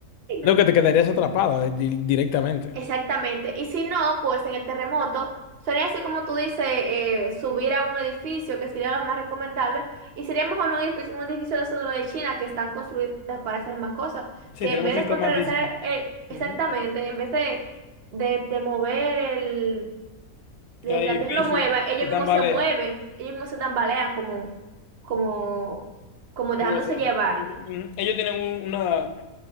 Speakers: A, on the right; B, on the left.
A: Ay, no.
B: No, que te quedarías atrapada eh, di- directamente.
A: Exactamente. Y si no, pues en el terremoto sería así como tú dices, eh, eh, subir a un edificio que sería lo más recomendable. Y sería mejor un edificio, un edificio de esos de los de China que están construidas para esas mismas cosas.
B: Sí,
A: Que
B: tenemos
A: en vez
B: un
A: de
B: sistema
A: contrarrestar
B: antisísmico.
A: el- exactamente,
B: Ujú.
A: en vez de, de, de mover el, de
B: El
A: que
B: edificio
A: la tierra lo mueva, ellos
B: se tambalea,
A: mismos se mueven, ellos mismos se tambalean como, como, como
B: como
A: dejándose
B: los otros.
A: llevar.
B: Ujú, ujú. Ellos tienen un- una,